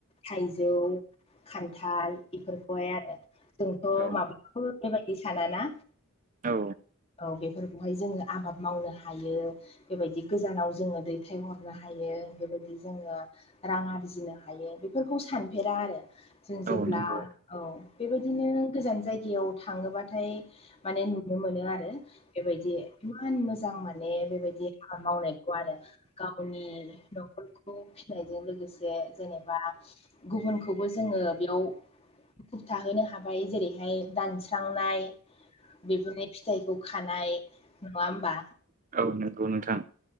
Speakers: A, on the left; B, on the right.
A: थाइजौ खानथाल बेफोरखौहाय आरो जोंथ'
B: औ
A: माब्लाबो बेबायदि सानाना
B: औ
A: औ बे फोरखौहाय जोङो आबाद मावनो हायो बेबायदि गोजानाव जोङो दैथायहरनो हायो बेबायदि जोङो रां आरजिनो हायो बेफोरखौ सानफेरा आरो जों जेब्ला
B: औ नंगौ
A: औ बेबायदिनो गोजान जायगायाव थाङोबाथाय माने नुनो मोनो आरो बेबायदि इमान मोजां माने बेबायदि आबाद मावनायखौ आरो गावनि न'खरखौ फिनायजों लोगोसे जेनेबा गुबुनखौबो जोङो बेयाव मुखुब थाहोनो हाबाय जेरैहाय दानस्रांनाय बेफोरनि फिथाइखौ खानाय नङा होमबा
B: औ नंगौ नोंथां